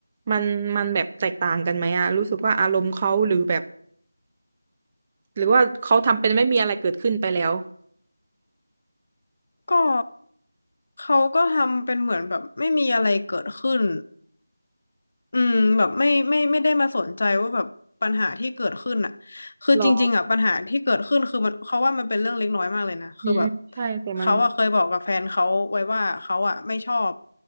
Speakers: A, on the right; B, on the left.
A: มันมันแบบแตกต่างกันไหมอะรู้สึกว่าอารมณ์เขาหรือแบบ หรือว่าเขาทำเป็นไม่มีอะไรเกิดขึ้นไปแล้ว
B: ก็เขาก็ทำเป็นเหมือนแบบไม่มีอะไรเกิดขึ้นอืมแบบไม่ไม่ไม่ได้มาสนใจว่าแบบปัญหาที่เกิดขึ้นอ่ะคือจริงๆอ่ะปัญหาที่เกิดขึ้นคือมันเขาว่ามันเป็นเรื่องเล็กน้อยมากเลยนะคือแบบ
A: หรออืมอืมใช่ แต่มัน
B: เขาอ่ะเคยบอกกับแฟนเขาไว้ว่าเขาอ่ะไม่ชอบ